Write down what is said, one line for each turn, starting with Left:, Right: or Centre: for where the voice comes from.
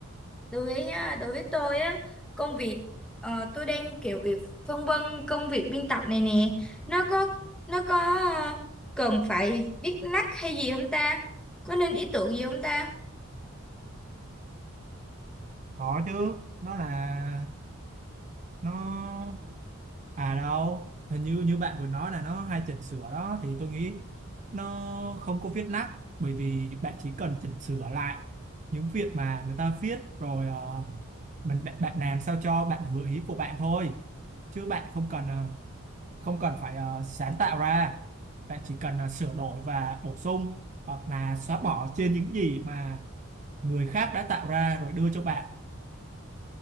Centre: đối với á, đối với tôi á công việc ờ, tôi đang kiểu việc phân vân công việc biên tập này nè nó có nó có ờ, cần phải viết lách hay gì không ta có nên ý tưởng gì không ta
Right: có chứ nó là nó à đâu hình như như bạn vừa nói là nó hay chỉnh sửa đó thì tôi nghĩ nó không có viết nát bởi vì bạn chỉ cần chỉnh sửa lại những việc mà người ta viết rồi ờ, mình bạn, bạn làm sao cho bạn vừa ý của bạn thôi chứ bạn không cần ờ, không cần phải ờ, sáng tạo ra bạn chỉ cần ờ, sửa đổi và bổ sung hoặc là xóa bỏ trên những gì mà người khác đã tạo ra rồi đưa cho bạn